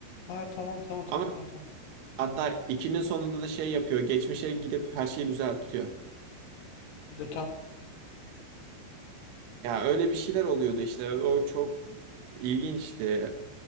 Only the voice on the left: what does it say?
Ha tamam tamam tamam
tamam tamam.
Anladım anladım.
De, tam,